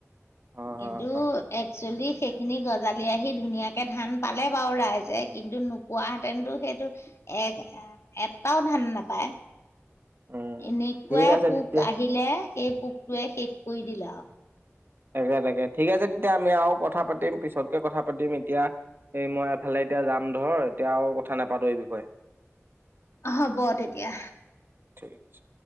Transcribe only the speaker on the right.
হয়
হয় হয়
উম
ঠিক আছে
তেতিয়া।
তাকে-তাকে ঠিক আছে তেতিয়া আমি আৰু কথা পাতিম পিছতকে কথা পাতিম এতিয়া এই মই এফালে এতিয়া যাম ধৰ এতিয়া আৰু কথা নাপাতো এই বিষয়ে।
ঠিক আছে।